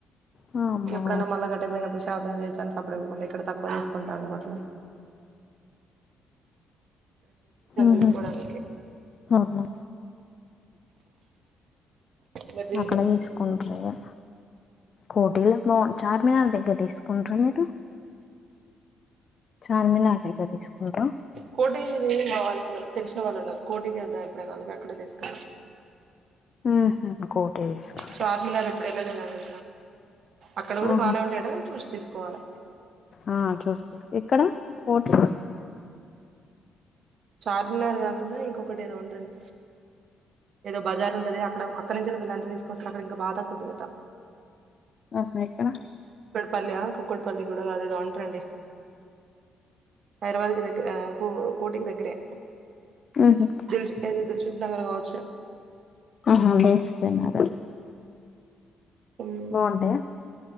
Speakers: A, on the left; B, on the right.
A: వామ్మో
B: డ ఎప్పుడైన్నా మళ్ళా కట్టపోయినప్పుడు షాపింగ్ చేసాన్స్ అప్పుడు కూడా ఇక్కడ తక్కువ తీసుకుంటాండి అట్లు
A: ఉహు
B: తీసుకోవడానికి
A: అన్నా
B: మరి
A: అక్కడ తీసుకుంటారిగా కోటీలో పో చార్ మిన అందిం తీసుకుండ్ర మీరు చార్మినార్ దగ్గర తీసుకుంటారా
B: కోటి ఇది మా వాళ్ళు ఉన్నారు తెలిసిన వాళ్ళు ఉన్నారు కోటికి వెళ్దాం ఎప్పుడైనా అందుక అక్కడే తీసుకు
A: ఉహు, కోటి తీసుకుంటారు
B: చార్మినార్ ఎప్పుడు వెళ్ళలేదండి అక్కడ ఊరు
A: ఉహు,
B: బానే వు డా చూసి తీసుకోవాలి
A: ఆ, చూస్తారు ఇక్కడ కోటి
B: చార్మినార్ కాకుండా ఇంకొకటి ఏదో ఉండండి ఏదో బజారు ఉంటది అక్కడ అక్కడ నుంచి వీళ్ళంతా తీసుకొస్తారు అక్కడ ఇంకా బా తాక్కు ఉంటందిట
A: ఆహా ఎక్కడా
B: కుక్కడిపల్లియా కుక్కడిపల్లి కూడా అదేదో ఉంటరండి హైదరాబాద్ కి దగ్గర కూ కోటికి దగ్గరే
A: ఉహు
B: దిల్ష్ ఏదో దిల్షుక్ నగర్ కావచ్చు
A: ఆహా బస్ పెన అ
B: హ్మ్,
A: బాగుంటాయా